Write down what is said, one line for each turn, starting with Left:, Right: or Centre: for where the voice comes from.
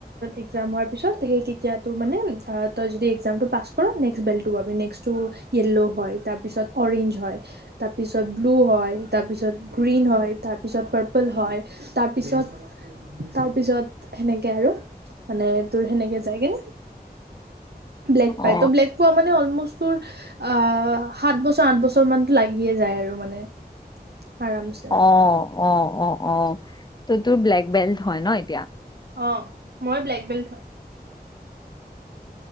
Right: এক্সাম হোৱাৰ পিছত সেই তেতিয়া তোৰ মানে তই যদি এক্সামটো পাছ কৰ নেক্সট বেলটো পাবি নেক্সটো য়েল্ল' হয় তাৰপিছত অৰেঞ্জ হয়, তাৰপিছত ব্লু হয়, তাৰপিছত গ্ৰীণ হয়, তাৰপিছত পাৰ্পল হয়, তাৰপিছত তাৰপিছত সেনেকে আৰু। মানে তোৰ সেনেকে যায়গে। ব্লেক পায়
Left: অ
Right: ত' ব্লেক পোৱা মানে অলমষ্ট তোৰ আহ সাত বছ আঠ বছৰ মানতো লাগিয়ে যায় আৰু মানে আৰামছে।
Left: অ অ অ অ ত' তোৰ ব্লেক বেল্ট হয় ন এতিয়া?
Right: অঁ, মই ব্লেক বেল্ট হয়।